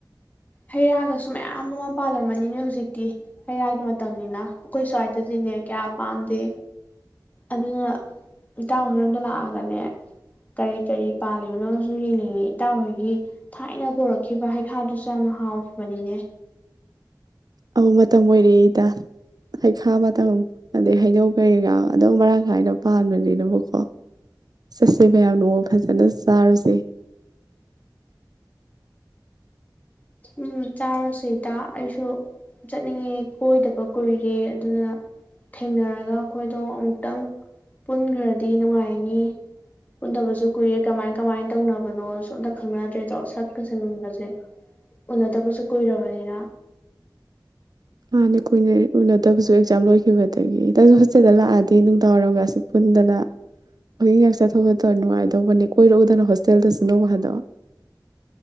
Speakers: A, on the left; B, on the right.
A: ꯍꯩ ꯔꯥꯒꯁꯨ ꯃꯌꯥꯝ ꯑꯃ ꯄꯥꯜꯂꯝꯃꯅꯤꯅꯦ ꯍꯧꯖꯤꯛꯇꯤ ꯍꯩ ꯔꯥꯒꯤ ꯃꯇꯝꯅꯤꯅ ꯑꯩꯈꯣꯏ ꯁ꯭ꯋꯥꯏꯗꯗꯤꯅꯦ ꯀꯌꯥ ꯄꯥꯟꯗꯦ ꯑꯗꯨꯅ ꯏꯇꯥꯍꯣꯏꯔꯣꯝꯗ ꯂꯥꯛꯑꯒꯅꯦ ꯀꯔꯤ ꯀꯔꯤ ꯄꯥꯜꯂꯤꯕꯅꯣꯁꯨ ꯌꯦꯡꯅꯤꯡꯏꯤ ꯏꯇꯥꯍꯣꯏꯒꯤ ꯊꯥꯏꯅ ꯄꯨꯔꯛꯈꯤꯕ ꯍꯩꯈꯥꯗꯨꯁꯨ ꯌꯥꯝꯅ ꯍꯥꯎꯈꯤꯕꯅꯤꯅꯦ
B: ꯃꯇꯝ ꯑꯣꯏꯔꯦ ꯏꯇꯥ ꯍꯩꯈꯥ ꯃꯇꯝ ꯑꯗꯩ ꯍꯩꯅꯧ ꯀꯩꯀꯥ ꯑꯗꯨꯝ ꯃꯔꯥꯡ ꯀꯥꯏꯅ ꯄꯥꯟꯕꯅꯤꯅꯕꯀꯣ ꯆꯠꯁꯦ ꯃꯌꯥꯝ ꯅꯣꯡꯃ ꯐꯖꯅ ꯆꯥꯔꯨꯁꯦ
A: ꯎꯝ ꯆꯥꯔꯨꯁꯤ ꯏꯇꯥ ꯑꯩꯁꯨ ꯆꯠꯅꯤꯡꯉꯦ ꯀꯣꯏꯗꯕ ꯀꯨꯏꯔꯦ ꯑꯗꯨꯅ ꯊꯦꯡꯅꯔꯒ ꯑꯩꯈꯣꯏꯗꯣ ꯑꯃꯨꯛꯇꯪ ꯄꯨꯟꯈ꯭ꯔꯗꯤ ꯅꯨꯡꯉꯥꯏꯅꯤ ꯄꯨꯟꯗꯕꯁꯨ ꯀꯨꯏꯔꯦ ꯀꯃꯥꯏ ꯀꯃꯥꯏꯅ ꯇꯧꯅꯕꯅꯣ ꯁꯣ ꯑꯝꯇ ꯈꯪꯅꯗ꯭ꯔꯦꯗꯣ ꯁꯛꯀ ꯁꯪꯒꯟꯕꯁꯦ ꯎꯅꯗꯕꯁꯨ ꯀꯨꯏꯔꯕꯅꯤꯅ
B: ꯃꯥꯥꯟꯅꯦ ꯀꯨꯏꯅ ꯎꯅꯗꯕꯁꯨ ꯑꯦꯛꯖꯥꯝ ꯂꯣꯏꯈꯤꯕꯗꯒꯤ ꯏꯇꯥꯁꯨ ꯍꯣꯁꯇꯦꯜꯗ ꯂꯥꯛꯑꯗꯤ ꯅꯨꯡꯗꯥꯡꯋꯥꯏꯔꯝꯒꯁꯤ ꯄꯨꯟꯗꯅ ꯋꯥꯛꯀꯤꯡꯒ ꯆꯊꯣꯛ ꯈꯣꯠꯊꯣꯛ ꯑꯥꯒ ꯅꯨꯡꯉꯥꯏ ꯇꯧꯕꯅꯦ ꯀꯣꯏꯔꯛꯎꯗꯅ ꯍꯣꯁꯇꯦꯜꯗꯁꯨ ꯅꯣꯡ ꯐꯗꯣꯛ